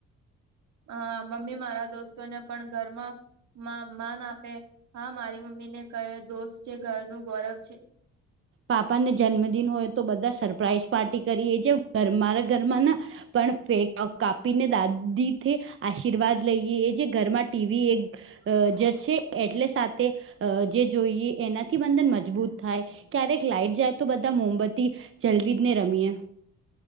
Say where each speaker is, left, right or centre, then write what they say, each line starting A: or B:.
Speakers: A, on the right; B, on the right.
A: હા મમ્મી મારા દોસ્તોને પણ ઘરમાં મા માન આપે હા મારી મમ્મી ને કયો દોસ્ત છે ઘરનું ગૌરવ છે
B: પાપાને જન્મદિન હોય તો બધા સરપ્રાાઈઝ પાર્ટી કરીએે છે ઘર મારા ઘરમાં ન પણ પે કાપીને દાદી થી આશીર્વાદ લઈએ એ જે ઘરમાં ટીવી એક અ જ છે એટલે સાથે જે જોઈએ એનાથી બંધન મજબૂત થાય ક્યારેક લાાઈટ જાય તો બધા મોમબત્તી જલવી જ ને રમીએ